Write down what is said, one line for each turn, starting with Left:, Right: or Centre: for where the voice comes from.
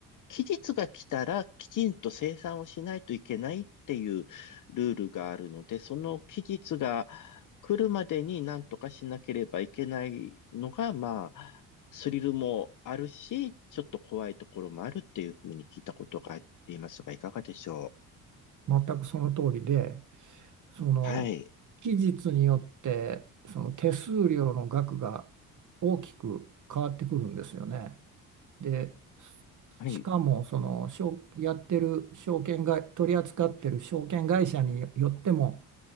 Left: 期日が来たらきちんと生産をしないといけないっていうルールがあるので、その期日が来るまでに何とかしなければいけないのが、まあ、スリルもあるし、ちょっと怖いところもあるっていうふうに聞いたことがありますが、いかがでしょう
Right: 全くその通りで、その、
Left: はい。
Right: 期日によって、その手数料の額が大きく変わってくるんですよね。で、
Left: はい。
Right: しかもその証やってる証券会、取り扱ってる証券会社によっても